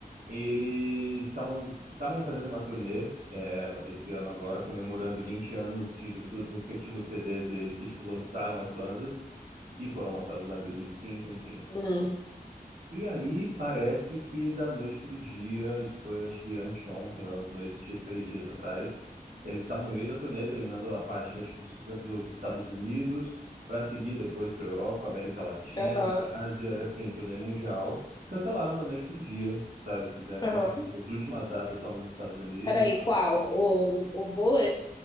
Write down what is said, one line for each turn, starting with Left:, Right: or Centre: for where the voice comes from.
Right: Eles estão, estavam fazendo uma turnê é, esse ano agora, comemorando 20 anos de, dos respectivos CDs deles que, tipo, lançaram as bandas, que foram lançados lá em 2005, enfim.
Left: Hum,
Right: E aí parece que da noite para o dia, isso foi acho que anteontem, uns dois, che- três dias atrás, eles estavam no meio da turnê, terminando a parte das, dos dos Estados Unidos, para seguir depois para a Europa, América Latina,
Left: aham,
Right: Ásia, era assim, turnê mundial. Cancelaram da noite para o dia, sabe? Fizeram, estão
Left: aham.
Right: fazendo as últimas datas só nos Estados Unidos
Left: Peraí, qual? O, o Bullet?